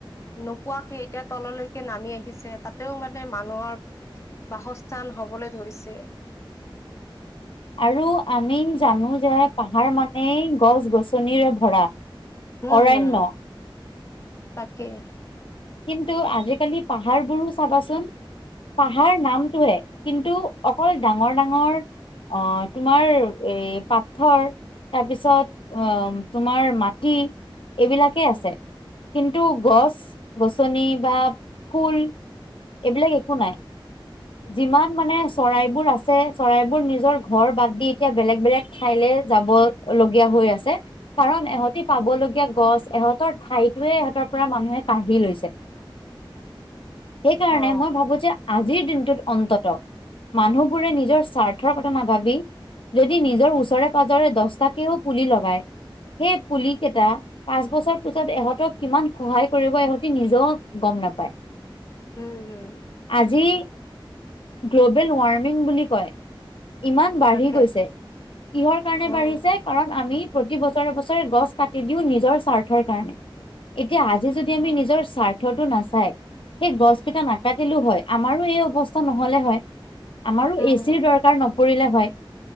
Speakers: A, on the left; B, on the left.
A: নোপোৱাকে এতিয়া তললৈকে নামি আহিছে তাতেও মানে মানুহৰ বাসস্থান হবলৈ ধৰিছে
B: আৰু আমি জানো যে পাহাৰ মানেই গছ গছনিৰে ভৰা
A: হম
B: অৰণ্য
A: হম তাকেই
B: কিন্তু আজিকালি পাহাৰবোৰো চাবাচোন পাহাৰ নামটোহে কিন্তু অকল ডাঙৰ ডাঙৰ আহ তোমাৰ এ পাথৰ তাৰপিছত আহ তোমাৰ মাটি এইবিলাকেই আছে
A: উম
B: কিন্তু গছ গছনি বা ফুল এইবিলাক একো নাই যিমান মানে চৰাইবোৰ আছে চৰাইবোৰ নিজৰ ঘৰ বাদ দি এতিয়া বেলেগ বেলেগ ঠাইলৈ যাব লগীয়া হৈ আছে কাৰণ এহঁতি পাব লগীয়া গছ এহঁতৰ ঠাইটোয়ে ইহঁতৰ পৰা মানুহে কাঢ়ি লৈছে সেইকাৰণে
A: অ
B: মই ভাবো যে আজিৰ দিন ত অন্তত মানুহবোৰে নিজৰ স্বাৰ্থৰ কথা নাভাবি যদি নিজৰ ওচৰে পাজৰে দহটাকেও পুলি লগায় সেই পুলি কেইটা পাঁচ বছৰ পিছত ইহঁতক কিমান সহায় কৰিব ইহঁতি নিজেও গম নাপায়।
A: উম হম
B: আজি গ্ল'বেল ৱাৰ্মিং বুলি কয় ইমান বাঢ়ি
A: তাকে
B: গৈছে কিহৰ কাৰণে
A: উম
B: বাঢ়িছে কাৰণ আমি প্ৰতি বছৰে বছৰে গছ কাটি দিও নিজৰ স্বাৰ্থৰ কাৰণে এতিয়া আজি যদি আমি নিজৰ স্বাৰ্থতটো নাচাই সেই গছ কেইটা নাকাতি হয় আমাৰো এই অৱস্থা নহলে হয় আমাৰো
A: উম
B: এচিৰ দৰকাৰ নপৰিলে হয়